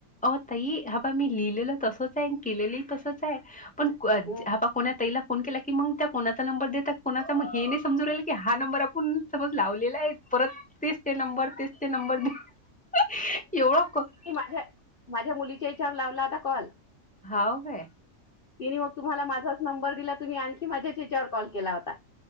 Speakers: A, in the centre; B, on the left (about 40°).
A: ओ ताई हा पहा मी लिहिलेलं तसच आहे आणि केलेलं तसच आहे. पण क
B: हम्म.
A: जे हा पा कोण्या ताईला फोन केला की मग त्या कोणाचा नंबर देतात कोणाचा मग हे नाही समजू राहिल की हा नंबर आपूण समज लावलेला आहे. परत तेच ते नंबर, तेच ते नंबर <unintelligible>
B: की माझे माझ्या मुलीच्या हेच्यावर लावला होता कॉल.
A: हाव काय?
B: तिने मग तुम्हाला माझाच नंबर दिला तुम्ही आणखी माझ्याच हेच्यावर कॉल केला होता.